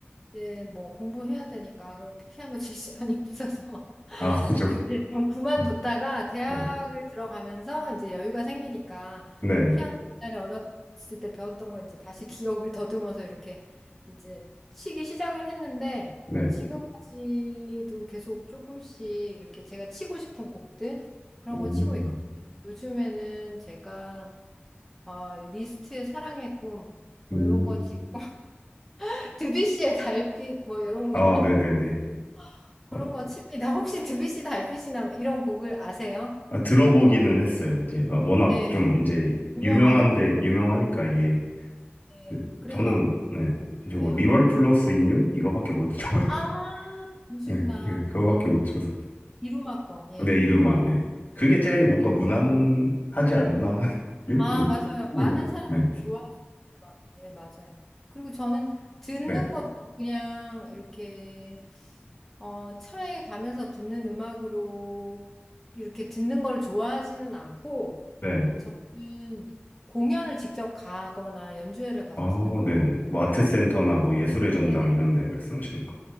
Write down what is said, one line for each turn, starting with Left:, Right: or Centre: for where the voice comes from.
Centre: 이제 뭐 공부해야 되니까 그 피아노 칠 <laughs> 시간이 없어서
Left: 아 그죠
Centre: 네, 좀 그만뒀다가
Left: 음,
Centre: 대학을
Left: 네
Centre: 들어가면서 이제 여유가 생기니까
Left: 네,
Centre: 피아노 옛날에 어렸을 때 배웠던 거 이제 다시 기억을 더듬어서 이렇게 이제 치기 시작을 했는데
Left: 네.
Centre: 지금까지도 계속 조금씩 이렇게 제가 치고 싶은 곡들 그런
Left: 오.
Centre: 거 치고 있거든요. 요즘에는 제가 아, 리스트의 사랑의 꿈 뭐
Left: 음.
Centre: 이런 거 치고 <laughs> 드뷔시의 달빛 뭐 이런
Left: 아,
Centre: 거
Left: 네네네.
Centre: <laughs> 그런
Left: 어,
Centre: 거 칩니다. 혹시 드뷔시 달빛이나 뭐 이런 곡을 아세요?
Left: 아, 들어보기는 했어요. 이제 막 워낙
Centre: 네.
Left: 좀 이제
Centre: 유명하니까.
Left: 유명한데 유명하니까 이게
Centre: 예.
Left: 그,
Centre: 그래서
Left: 저는 네, 이제 뭐
Centre: 예.
Left: 리월 플러스 인유 이거밖에 못 쳐요. <laughs>
Centre: 아, 음식이구나.
Left: 네, 네, 그거밖에
Centre: 예.
Left: 못 쳐서.
Centre: 이루마 거. 예.
Left: 네, 이름아. 네. 그게 제일 뭔가 무난하지 않나요? <laughs>
Centre: 아,
Left: 이제.
Centre: 맞아요.
Left: 네네.
Centre: 많은 사람들이
Left: 네.
Centre: 좋아하죠. 막, 예, 맞아요. 그리고 저는 듣는
Left: 네.
Centre: 것도 그냥 이렇게 어, 차에 가면서 듣는 음악으로 이렇게 듣는 걸 좋아하지는 않고
Left: 네.
Centre: 음, 공연을 직접 가거나 연주회를 가서
Left: 아,
Centre: 듣는 걸
Left: 네네. 뭐 아트센터나 뭐 예술의 전당
Centre: 네네.
Left: 이런 데 말씀하시는 거.